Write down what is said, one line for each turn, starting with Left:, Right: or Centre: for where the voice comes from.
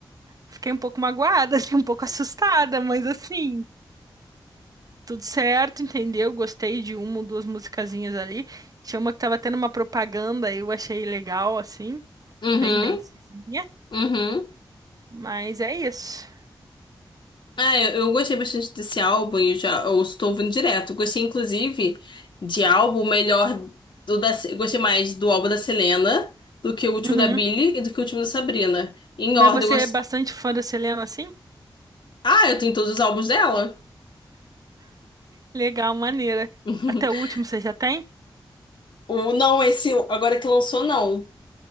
Right: Fiquei um pouco magoada, <laughs> assim, um pouco assustada, mas assim. Tudo certo, entendeu? Gostei de uma ou duas musicazinhas ali. Tinha uma que tava tendo uma propaganda eu achei legal, assim,
Left: Uhum,
Right: bem dancezinha.
Left: uhum.
Right: Mas é isso.
Left: Ah, eu, eu gostei bastante desse álbum e já eu estou ouvindo direto. Gostei, inclusive, de álbum melhor do da, Se- gostei mais do álbum da Selena do que o último
Right: Uhum.
Left: da Billie e do que o último da Sabrina. Em
Right: Mas
Left: ordem,
Right: você
Left: eu gostei.
Right: é bastante fã da Selena, assim?
Left: Ah, eu tenho todos os álbuns dela.
Right: Legal, maneira.
Left: <laughs>
Right: Até o último você já tem?
Left: O, não, esse agora que lançou, não.